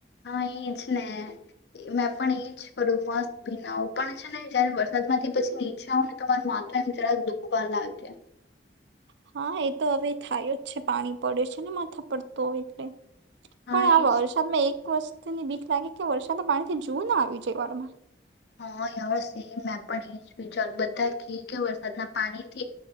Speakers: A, on the left; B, on the right.
A: હા એજ ને મેં પણ એજ કરું મસ્ત ભીના પણ છે ને જયારે વરસાદ માંથી પછી નીચે આવ ને તમારું માથું એમ જરાક દુખવા લાગે
B: હા એ તો હવે થાય જ છે પાણી પડ્યું છે ને માથા પડતો હો એટલે
A: હા
B: પણ આ
A: એજ
B: વરસાદમાં એક વસ્તુ ની ભીખ લાગે કે વરસાના પાણીથી જુું ના આવી જ વાળમાં
A: હા સેમ મેં પણ એ જ વિચાર બધા ઘી કે વરસાદના પાણીથી